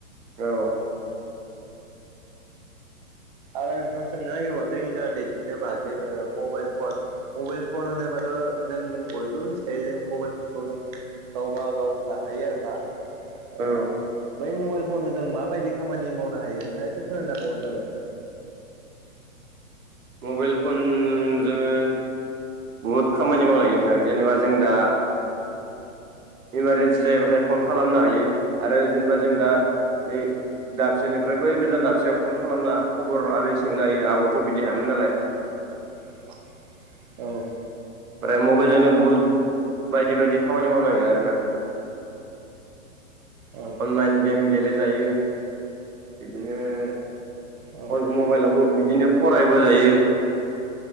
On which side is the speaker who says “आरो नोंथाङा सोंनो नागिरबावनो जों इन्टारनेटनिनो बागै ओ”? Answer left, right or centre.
Right